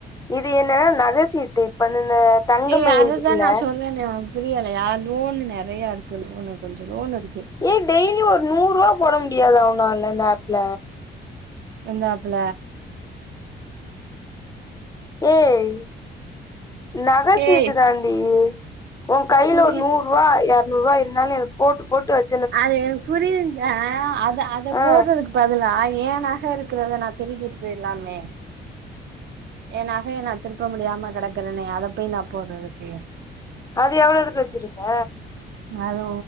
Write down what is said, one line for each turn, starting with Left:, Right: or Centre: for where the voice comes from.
Left: இது என்னன்னா நகசீட்டு இப்ப வந்து இந்த தங்க
Right: ஏ
Left: மயில்
Right: அதுதா
Left: இருக்குல்ல
Right: நா சொல்றேனே ஒனக்கு புரியலையா லோன் நெறய இருக்கு லோன் கொஞ்சோ லோன் இருக்கு
Left: ஏய் டெய்லி ஒரு நூறு ரூவா போட முடியாதா உன்னால இந்த அப்ல
Right: அந்த அப்ல
Left: ஏய் நக சீட்டு
Right: ஏய்
Left: தான்டி ஓ கைல
Right: புரிய
Left: ஒரு நூற் ரூவா எர்நூரூவா இருந்தாலு நீ அத போட்டு போட்டு வெச்
Right: அது எனக்கு புரியுது அத அத
Left: ஆ
Right: போட்றதுக்கு பதிலா ஏ நக இருக்கிறத நான் திருப்பிட்டு போயிறலாமே ஏ நகைய நா திருப்ப முடியாம கெடக்கிறனே அத போய் நா போட்றதுக்கு
Left: அது எவ்ளோதுக்கு வெச்சிருக்க
Right: அது